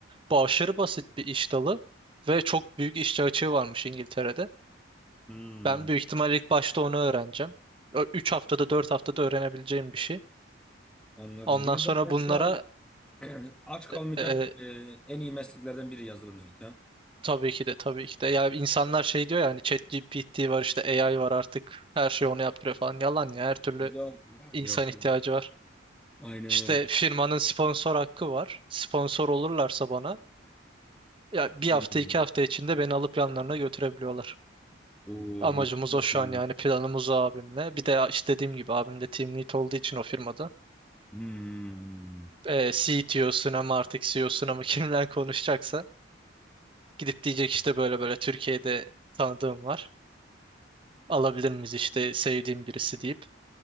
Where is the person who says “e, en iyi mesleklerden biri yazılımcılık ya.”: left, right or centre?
Centre